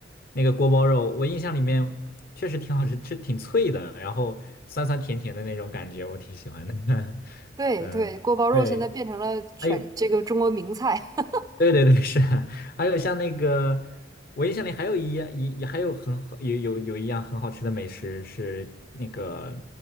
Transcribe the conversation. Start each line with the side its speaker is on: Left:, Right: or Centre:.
Left: 那个锅包肉，我印象里面确实挺好吃，吃挺脆的，然后酸酸甜甜的那种感觉，我挺喜欢的。<laughs>
Right: 对对，
Left: 嗯，
Right: 锅包肉现在变成了全这个中国名菜。
Left: 对，还有。
Right: <laughs>
Left: 对对对，是啊还有像那个，我印象里还有一样，也也还有很好，有有有一样很好吃的美食是那个